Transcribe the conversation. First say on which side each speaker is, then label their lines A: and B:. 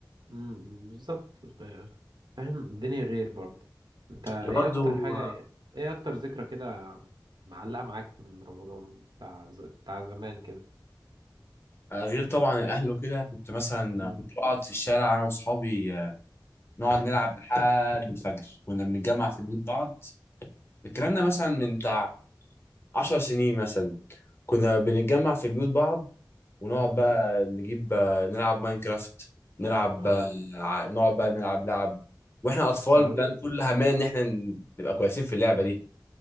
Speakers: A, on the right; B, on the left.
A: امم بالظبط ف- فاهم الدنيا غير برضه انت ايه
B: اللي برضو
A: اكتر حاجة يعني ايه اكتر ذكرى كده معلقة معاك من رمضان بتاع ز... بتاع زمان كده
B: آه، غير طبعا الاهل وكده كنت مثلا
A: امم
B: كنت بقعد في الشارع انا واصحابي آه، نقعد
A: امم
B: نلعب لحد الفجر كنا بنتجمع في
A: امم
B: بيوت بعض الكلام ده مثلا من بتاع 10 سنين مثلا كنا بنتجمع
A: امم
B: في بيوت بعض ونقعد
A: امم.
B: بقى نجيب نلعب ماينكرافت نلعب
A: اه
B: ع- نقعد بقى نلعب لعب واحنا اطفال
A: صواريخ
B: فاهم كل همنا ان احنا نبقى كويسين في اللعبه دي